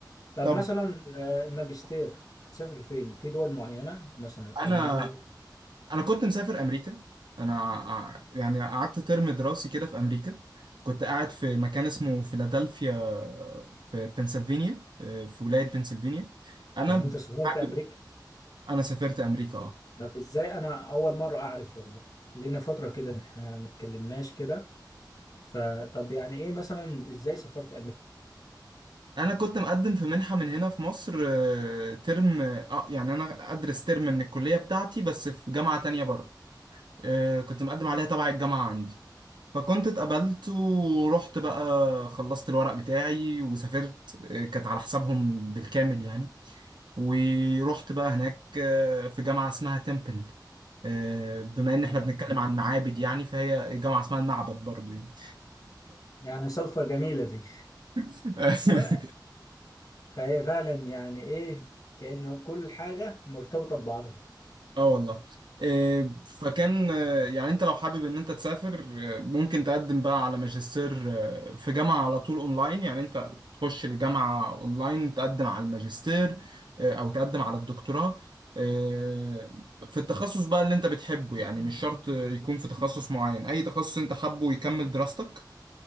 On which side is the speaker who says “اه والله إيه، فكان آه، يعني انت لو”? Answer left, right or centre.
Right